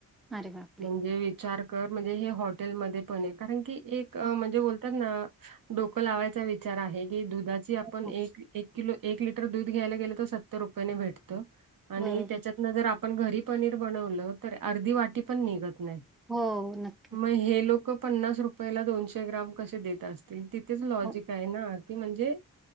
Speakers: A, in the centre; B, on the right.
A: अरे बापरे
B: म्हणजे विचार कर म्हणजे हे हॉटेलमध्ये पनीर, कारण की एक अ
A: हो
B: म्हणजे बोल तर ना डोकं लावायचा विचार आहे की दुधाची आपण
A: हो.
B: एक ली एक किलो एक लिटर दूध घ्यायला गेलं तर सत्तर रुपयेने भेटतं आणि
A: बरोबर
B: त्याच्यात जर आपण घरी पनीर बनवलं तर अर्धी वाटी पण निघत नाही.
A: हो नक्कीच
B: मग हे लोकं पन्नास रुप पयला दोनशे ग्राम कसे देत असतील तिथेच लॉजिक
A: हो.
B: आहे ना की म्हणजे